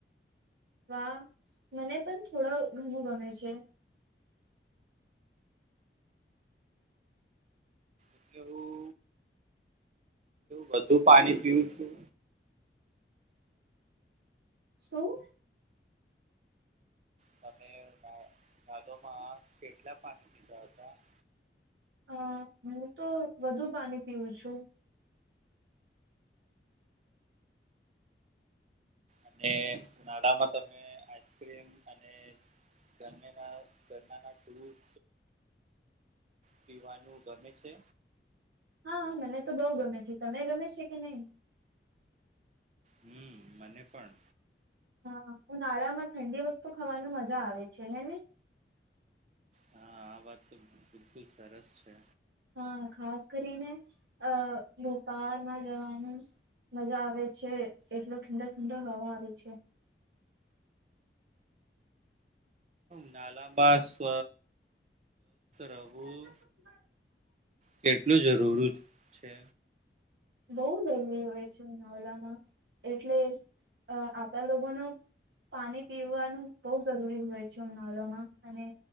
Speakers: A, on the right (about 75°); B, on the right (about 40°).
A: વાહ મને પણ થોડા ઘણું ગમે છે
B: એલે હું વધુ પાણી પીવું છું
A: શું.
B: તમે નાળોમાં કેટલા પાણી પીધા હતા <unintelligible>
A: અ હું તો વધુ પાણી પીવું છું.
B: અનેળામાં તમે આમ અનેરના ના જૂસ પીવાનું. ગમે છે
A: હા મને તો બહ ગમે છે. તમે ગમે છે કે નહી.
B: હમ. મને પણ
A: હા ઉનાળામાં ઠંડી વસ્તુ ખાવાનું મજા આવે છે હે ને.
B: હા આ વાત તો બિલકુલ સરસ છે.
A: હા ખાસ કરીને અ ભોપાલમાં જવાનું મજા આવે છે એટલો ઠંડા ઠંડા હવા આવે છે.
B: નાલાબવ સ્વ
A: એ.
B: રહેવું કેટલું જરૂરી છે.
A: બઉુ હલ્લી હોય છું નવલામાં એટલે અ આપણા લોકોનો પાણી પીવાનું બહ જરૂરી હોય છે ઉમનાલોમાં અને